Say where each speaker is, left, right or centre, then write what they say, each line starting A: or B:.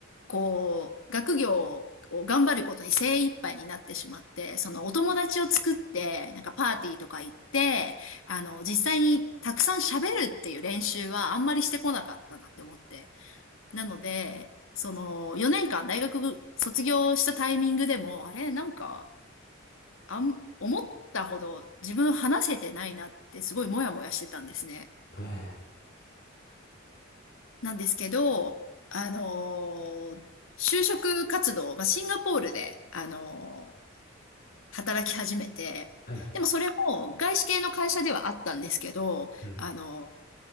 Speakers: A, on the left; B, on the left.
A: こう、学業を頑張ることに精一杯になってしまって、そのお友達を作って、なんかパーティーとか行って、あの、実際にたくさん喋るっていう練習はあんまりしてこなかったなって思って。なので、その、4年間大学卒業したタイミングでも、あれ、なんか、あん、思ったほど自分話せてないなってすごいモヤモヤしてたんですね。
B: はい、
A: なんですけど、あのー就職活動、まあ、シンガポールで、あのー働き始めて、
B: はい。はい
A: でもそれも外資系の会社ではあったんですけど、
B: う
A: あの